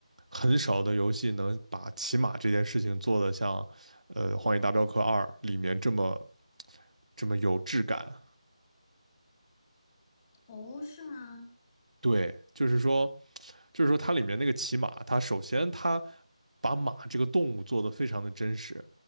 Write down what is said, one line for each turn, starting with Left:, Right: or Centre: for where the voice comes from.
Right: 很少的游戏能把骑马这件事情做得像呃《荒野大镖客二》里面这么这么有质感。
Left: 哦，是吗？
Right: 对，就是说，就是说它里面那个骑马，它首先它把马这个动物做得非常的真实，